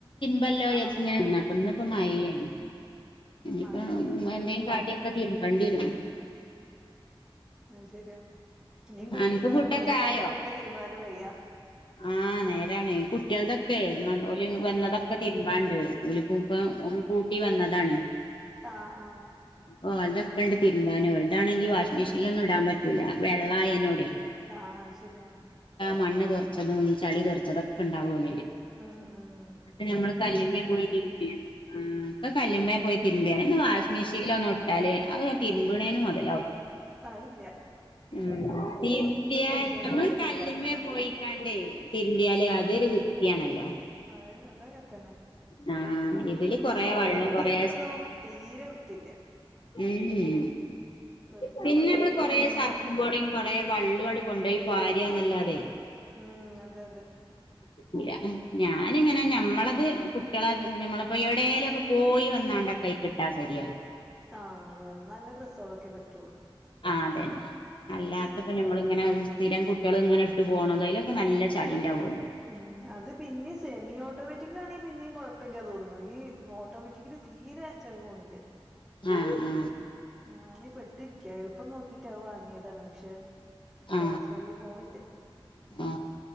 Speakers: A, on the left (about 60°); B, in the centre.
A: വിചരിച്ച
B: ആഹ് ആഹ്
A: ഇന്നിപ്പം മയയാണ് ഇനിപ്പോ
B: മഴയാണ്
A: എന്തേും കാട്ടിയൊക്കെ തിര് ബണ്ടിരും
B: അഹ് ശരിയാ ഇനിയും കൂട്ടിട്ടാ
A: അനക്ക് ഫുഡൊക്കെ
B: കൂടുതലായാ
A: ആയോ
B: പിന്നെ തിരുമ്പാനും വയ്യാ
A: ആഹ് നേരാണ് കുട്ടിൾതൊ ക്കെലി
B: ഉം
A: വന്നതൊക്കെ തിരുമ്പണ്ട് ഉലൂപ്പം കൂട്ടി വന്നതാണ്
B: ആഹ് ആഹ്
A: ഓ അതൊ ക്കെണ്ട് തിരുമ്പാനു വാഷിംഗ് മിഷീലൊന്നും ഇടാൻ പറ്റൂലാ വെള്ളാആയെനു
B: ആഹ് ശരിയാണ്
A: മണ്ണ് തറിച്ചതും ചളി തെറിച്ചതൊക്കെ ഉണ്ടാവും ഓലേയിൽ
B: അ ആ
A: ക്കെ ഞമ്മള് കല്ലിമ്മേ പോയി തിരിമ്പി ആ ഇപ്പൊ കല്ലിമ്മേ പോയി തിരുമ്പിയാലേ വാഷി മിഷീനിലോ അല് അഹ് തിരുമ്പണേനും അതെ
B: ആഹ് ഇല്ല്യ
A: മ്മ് തിരുമ്പിയാൽ
B: മെഷീനിൽ
A: നമ്മൾ
B: കിട്ടൂല
A: കല്ലിമ്മേ
B: ഉം
A: പോയിക്കാണ്ടേ തിരുമ്പി യാല് അത് ഒരു വൃത്തിയാണല്ലോ
B: അഹ് അതങ്ങ തന്നെ
A: ആ ഇതില്
B: പ്രത്യേകിച്ച്
A: കൊറേ
B: ഓട്ടോമിറ്റികിലൊന്നും
A: വെള്ളം കൊറേ
B: തീരെ വൃത്തിയില്ല
A: മ്മ്
B: വെറുതെ
A: പിന്നെ നമ്മൾ
B: ചെയ്യണ്ട്ന്ന്
A: കൊറെ
B: തന്നെ
A: സർപ്പും
B: ഉള്ളു
A: പോടിയും കൊറ വള്ളും കൊണ്ടുപോയി പാര്യാന്നല്ലാതെ
B: ഉം അതെ അതെ
A: ല്ല ഞാനിങ്ങനെ ഞമ്മളത് കുട്ടികളെ നമ്മളപ്പോ എവിടേ ലുക്കെ പോയി വന്നാണ്ട് ഒക്കെ അധികിടാ ശരിയാവും
B: ആഹ് അതെ അതെ നല്ല ഡ്രസ്സുകളൊക്കെ പറ്റുള്ളൂ
A: ആ അതന്നെ അല്ലാത്തപ്പോ
B: ഉം
A: നമ്മളി ങ്ങനെ മ് സ്ഥിരം കുട്ടിള് ഇങ്ങനെ ഇട്ട് പോണത് അതിലൊക്ക നല്ല ചളി ഉണ്ടാവു.
B: ഉം അത് പിന്നിം സെമി ഓട്ടോമെ റ്റിക്കലാണി പിന്നിം കൊഴപ്പമില്ല്യ തോന്നുകയും ഈ ഓട്ടോമാറ്റിക്കല് തീരെ ചളി പോണില്ല്യ
A: ആ ആ
B: ഞാൻ പെട്ടു ട്ടിരിക്യ എളുപ്പം നോക്കിട്ട് അത് വാങ്ങിയതാണ് പക്ഷേ ഇപ്പൊ
A: ആ
B: ചളി പോണില്ല്യ
A: ആ